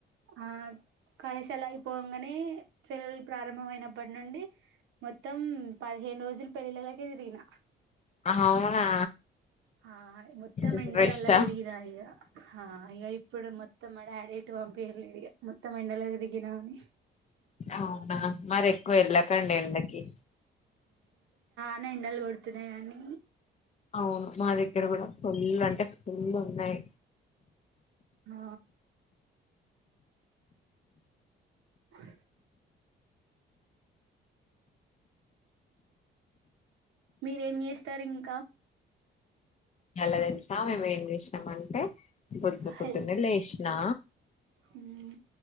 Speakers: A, on the right; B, on the left.
A: ఆ కళాశాల అయిపోగానే సెలవలు ప్రారంభంమయిన ఇప్పటి నుండి మొత్తం పదిహేను రోజులు పెళ్ళిళ్లకే తిరిగిన
B: అవునా
A: ఆ మొత్తం
B: ఇప్పుడు
A: ఎండలల
B: రెస్టా
A: <unintelligible> దిరిగిన ఈగ ఇ ఇప్పుడు మొత్తం పంపి <unintelligible> మొత్తం ఎండలో తిరిగినా అని
B: అవునా మరి ఎక్కువ వెళ్ళకండి ఎండకి
A: అ ఎండలు పడుతున్నాయి గాని
B: అవును మా దగ్గర కూడ ఫుల్ అంటే ఫుల్ ఉన్నాయి
A: ఆ అ మీరేం చేస్తారు ఇంక
B: మళ్ళా తెలుసా మేము ఏం చేసాం అంటే పొద్దు పొద్దున్న
A: హెల్
B: లేసినా
A: మ్మ్